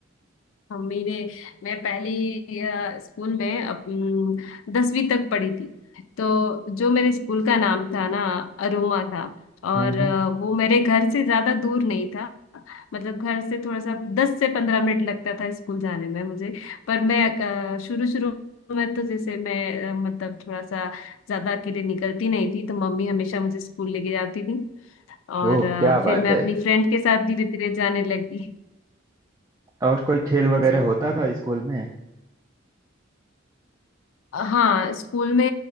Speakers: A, on the left (about 70°); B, on the right (about 15°).
A: हम मेरे मैं पहली अ, स्कूल में अप- अम, दसवीं तक पढ़ी थी तो जो मेरे स्कूल का नाम था ना अरोमा था और
B: हम्म
A: अ,
B: हम्म।
A: वो मेरे घर से ज्यादा दूर नहीं था मतलब घर से थोड़ा सा दस से पंद्रह मिनट लगता था स्कूल जाने में मुझे पर मैं शुरू शुरू में तो जैसे मैं अ, मतलब थोड़ा सा ज्यादा अकेले निकलती नहीं थी तो मम्मी हमेशा मुझे स्कूल लेके जाती थी और
B: ओह
A: अ,
B: क्या
A: फिर
B: बात
A: मैं
B: है
A: अपनी फ्रेंड के साथ धीरे धीरे जाने लगी
B: और कोई खेल वगैरह
A: जी
B: होता था स्कूल में
A: हाँ स्कूल में